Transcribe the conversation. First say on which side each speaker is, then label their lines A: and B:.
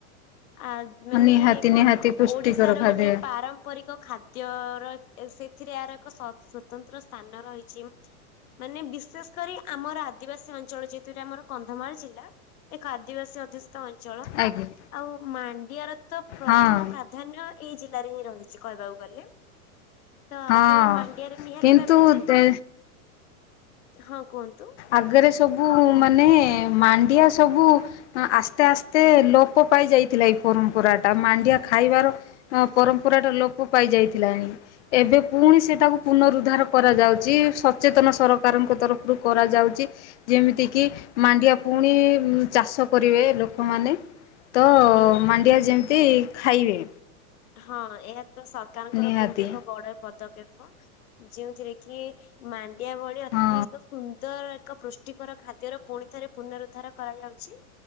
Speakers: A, on the left (about 65°); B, on the left (about 50°).
A: ଆ ମାନେ
B: ନିହାତି
A: କଣ
B: ନିହାତି ପୁଷ୍ଟିକର
A: ଓଡିଶାର
B: ଖାଦ୍ୟ
A: ଗୋଟେ ପାରମ୍ ପମ୍ପରିକ ଖାଦ୍ୟର ସେଥିରେ ଆହାର ଏକ ସ୍ଵତନ୍ତ୍ର ସ୍ଥାନ ରହିଛି। ମାନେ ବିଶେଷ କରି ଆମର ଆଦିବାସୀ ଅଞ୍ଚଳ ଯେହେତୁରେ ଆମର କନ୍ଧମାଳ ଜିଲ୍ଲା ଏକ ଆଦିବାସୀ ଅଧ ତ ଅଞ୍ଚଳ
B: ଆଜ୍ଞା
A: ଆଉ ମାଣ୍ଡିଆର ତ ପ୍ରଥମ
B: ହଁ।
A: ପ୍ରା ଧାନ୍ୟ ଏଇ ଜିଲ୍ଲାରେ ହିଁ ରହିଛି କହିବାକୁ ଗଲେ। ତ
B: ହଁ
A: ଆପଣ ମାଣ୍ଡିଆରେ ନିହାତି
B: କିନ୍ତୁ
A: ଭାବେ ଯେ
B: ଦେ
A: ହଁ କୁହନ୍ତୁ।
B: ଆଗରେ ସବୁ ମାନେ ମାଣ୍ଡିଆ ସବୁ ଆସ୍ତେ ଆସ୍ତେ ଲୋପ ପାଇ ଯାଇଥିଲା ଏଇ ପରମ୍ପରା ଟା ମାଣ୍ଡିଆ ଖାଇବାର ହଁ ପରମ୍ପରା ଟା ଲୋପ ପାଇ ଯାଇଥିଲାଣି। ଏବେ ପୁଣି ସେଟାକୁ ପୁନରୁଦ୍ଧାର କରାଯାଉଛି ସଚେତନ ସରକାରଙ୍କ ତର ରୁ କରାଯାଉଛି ଯେମିତି କିି ମାଣ୍ଡିଆ ପୁଣି ଚାଷ କରିବେ ଲୋକମାନେ। ତ
A: ନିହାତି
B: ମାଣ୍ଡିଆ
A: ଭାବେ।
B: ଯେମିତି ଖାଇବେ।
A: ହଁ ଏହା ତ ସରକାରଙ୍କର
B: ନିହାତି।
A: ବହୁତ ଏକ ବଡ ପଦକ୍ଷେପ ଯେଉଁ ଥିରେ କି ମାଣ୍ଡିଆ ଭଳି ଅତି
B: ହଁ
A: ସୁନ୍ଦର ଏକ ପୁଷ୍ଟିକର ଖାଦ୍ୟର ପୁଣି ଥରେ ପୁନରୁଦ୍ଧାର କରାଯାଉଛି।